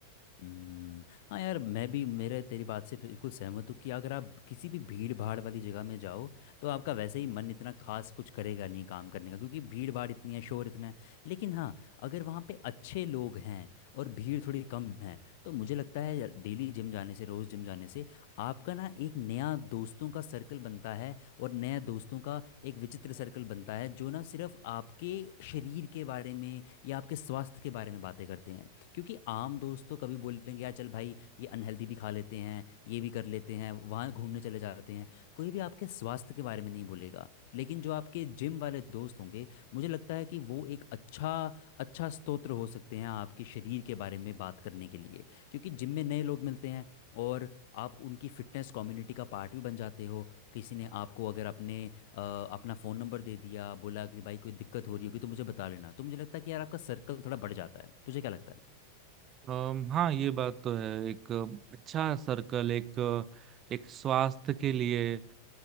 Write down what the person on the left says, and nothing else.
हम्म, हाँ यार मैं भी मेरे तेरी बात से बिल्कुल सहमत हूँ कि अगर आप किसी भी भीड़ भाड़ वाली जगह में जाओ तो आपका वैसे ही मन इतना खास कुछ करेगा नहीं काम करने का क्योंकि भीड़ भाड़ इतनी है शोर इतना है लेकिन हाँ अगर वहाँ पे अच्छे लोग हैं और भीड़ थोड़ी कम है तो मुझे लगता है डेली जिम जाने से रोज़ जिम जाने से आपका ना एक नया दोस्तों का सर्कल बनता है और नया दोस्तों का एक विचित्र सर्कल बनता है जो ना सिर्फ आपके शरीर के बारे में या आपके स्वास्थ्य के बारे में बातें करते हैं क्योंकि आम दोस्त तो कभी बोलेंगे यार चल भाई ये अनहेल्दी भी खा लेते हैं ये भी कर लेते हैं वहाँ घूमने चले जाते हैं कोई भी आपके स्वास्थ्य के बारे में नहीं बोलेगा लेकिन जो आपके जिम वाले दोस्त होंगे मुझे लगता है कि वो एक अच्छा अच्छा स्तोत्र हो सकते हैं आपके शरीर के बारे में बात करने के लिए क्योंकि जिम में नए लोग मिलते हैं और आप उनकी फिटनेस कम्युनिटी का पार्ट भी बन जाते हो किसी ने आपको अगर अपने अ, अपना फ़ोन नंबर दे दिया बोला कि भाई कोई दिक्कत हो रही होगी तो मुझे बता लेना तो मुझे लगता है कि यार आपका सर्कल थोड़ा बढ़ जाता है तुझे क्या लगता है